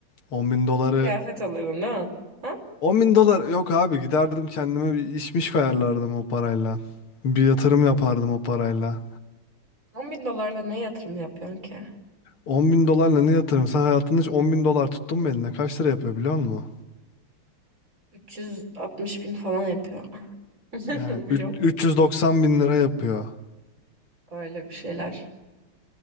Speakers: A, on the left; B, on the right.
A: 10 bin doları
B: Kıyafet alırdın değil mi? Ha?
A: 10 bin dolar yok abi giderdim kendime bir işmiş ayarlardım o parayla. Bir yatırım yapardım o parayla.
B: 10 bin dolarla ne yatırım yapıyorsun ki?
A: 10 bin dolarla ne yatırım? Sen hayatında hiç 10 bin dolar tuttun mu eline? Kaç lira yapıyor biliyor musun?
B: 360 bin falan yapıyor. <laughs>
A: Yani
B: Biliyorum.
A: üç- 390 bin lira yapıyor.
B: Öyle bir şeyler.